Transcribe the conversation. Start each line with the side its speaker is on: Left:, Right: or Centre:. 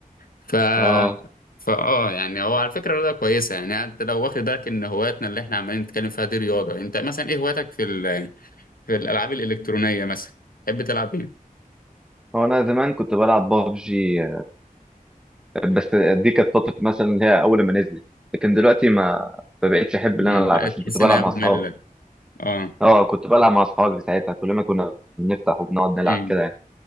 Left: ف
Centre: اه
Left: فا اه يعني هو على فكره رياضه كويسه يعني انت لو واخد بالك ان هواياتنا اللي احنا عمالين نتكلم فيها دي رياضه انت مثلا ايه هواياتك في ال... في الالعاب الالكترونيه مثلا تحب تلعب ايه؟
Centre: هو انا زمان كنت بلعب بابجي بس دي كانت فتره مثلا اللي هي اول ما نزلت لكن دلوقتي ما ما بقتش احب
Left: امم
Centre: ان انا العب
Left: بقيت
Centre: عشان
Left: تحس
Centre: كنت بلعب
Left: انها
Centre: مع
Left: ممله
Centre: اصحابي
Left: اه
Centre: اه كنت بلعب مع اصحابي ساعتها كل ما كنا بنفتح وبنقعد نلعب
Left: امم
Centre: كده يعني